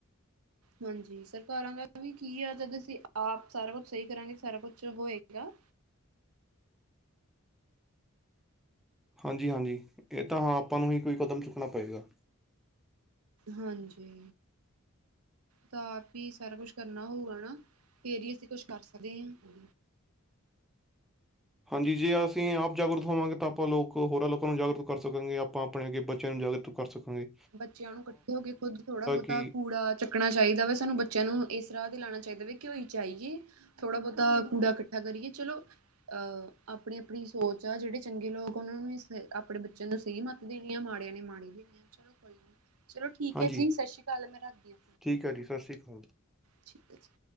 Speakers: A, on the right; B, in the centre.
A: ਹਾਂਜੀ, ਸਰਕਾਰਾ ਦਾ ਵੀ ਕੀ ਆ ਜਦ ਅਸੀ ਆਪ ਸਾਰਾ ਕੁਛ ਸਹੀ ਕਰਾਂਗੇ ਸਾਰਾ ਕੁਛ ਹੋਏਗਾ।
B: ਹਾਂਜੀ-ਹਾਂਜੀ, ਇਹ ਤਾਂ ਹਾ ਆਪਾਂ ਨੂੰ ਹੀ ਕੋਈ ਕਦਮ ਚੁੱਕਣਾ ਪਏਗਾ।
A: ਹਾਂਜੀ। ਤਾ ਆਪ ਹੀ ਸਾਰਾ ਕੁਛ ਕਰਨਾ ਹੋਊਗਾ ਨਾ ਫੇਰ ਹੀ ਅਸੀ ਕੁਛ ਕਰ ਸਕਦੇ ਹਾ।
B: ਹਾਂਜੀ, ਜੇ ਅਸੀ ਆਪ ਜਾਗਰੂਤ ਹੋਵਾਂਗੇ ਤਾ ਆਪਾਂ ਲੋਕ ਹੋਰਾ ਲੋਕਾ ਨੂੰ ਜਾਗਰੂਤ ਕਰ ਸਕਾਂਗੇ, ਆਪਾਂ ਆਪਣੇ ਅੱਗੇ ਬੱਚੇਆਂ ਨੂੰ ਜਾਗਰਤ ਕਰ ਸਕਾਗੇ।
A: ਬੱਚੇਆਂ ਨੂੰ ਕੱਠੇ ਹੋ ਕੇ ਖੁੱਦ ਥੋੜਾ ਬੋਤਾ
B: ਕਿ
A: ਕੂੜਾ ਚੱਕਣਾ ਚਾਹੀਦਾ ਵਾ, ਸਾਨੂੰ ਬੱਚਿਆ ਨੂੰ ਇਸ ਰਾਹ ਦੇ ਲਾਣਾ ਚਾਹੀਦਾ ਵੇ ਕਿਓ ਈ ਚਾਇਏ ਥੋੜਾ ਬੋਤਾ ਕੂੜਾ ਕੱਠਾ ਕਰੀਏ ਚਲੋ ਅਹ ਆਪਣੀ-ਆਪਣੀ ਸੋਚ ਆ, ਜੇੜੇ ਚੰਗੇ ਲੋਕ ਆ ਓਨਾਂ ਨੇ ਆਪਣੇ ਬੱਚੇਆਂ ਨੂੰ ਸਹੀ ਮੱਤ ਦੇਣੀ ਆ, ਮਾੜੇ ਨੇ ਮਾੜੀ ਦੇਨੀ ਆ, ਚਲੋ ਕੋਈ ਨੀ ਚਲੋ ਠੀਕ
B: ਹਾਂਜੀ
A: ਐ ਜੀ ਸਸ ਸ੍ਰੀ ਕਾਲ, ਮੈ ਰੱਖਦੀ ਹਾ।
B: ਠੀਕ ਐ ਜੀ ਸਸ ਸ੍ਰੀ ਕਾਲ।
A: ਠੀਕ ਆ ਜੀ।